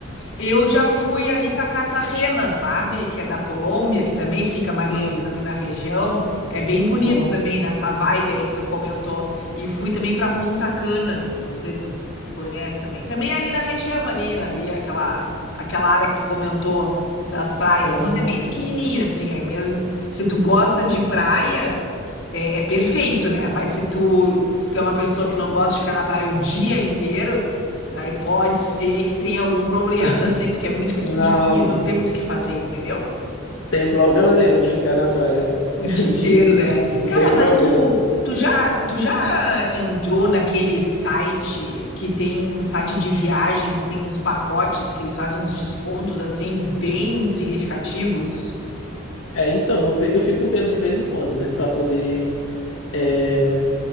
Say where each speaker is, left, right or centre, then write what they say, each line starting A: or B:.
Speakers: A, on the left; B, on the left.
A: Eu já fui ali para Cartagena, sabe? Que é da Colômbia, que também fica mais
B: Sim.
A: ou menos ali na região. É bem bonito
B: Aham,
A: também nessa vibe aí que tu comentou. E fui também para Punta Cana. Não sei se tu conhece também. Também é ali na região ali, ali aquela aquela área que tu comentou das praias,
B: aham.
A: mas é bem pequenininha assim, é mesmo. Se tu gosta de praia, é, é perfeito, né? Mas se tu, se tu é uma pessoa que não gosta de ficar na praia o dia inteiro, daí pode ser que tenha algum problema, <laughs> assim, porque é muito pequenininho,
B: Não, não.
A: não tem muito o que fazer, entendeu?
B: Tem problema nenhum de ficar na praia
A: O
B: <laughs>
A: dia
B: o dia
A: inteiro,
B: inteiro.
A: né?
B: Não
A: Cara,
B: tem problema.
A: mas tu, tu já, tu já entrou naquele site que tem um site de viagens e tem uns pacotes que eles fazem uns descontos, assim, bem significativos?
B: É, então, eu, ve- eu fico vendo de vez em quando, né? Pra poder é,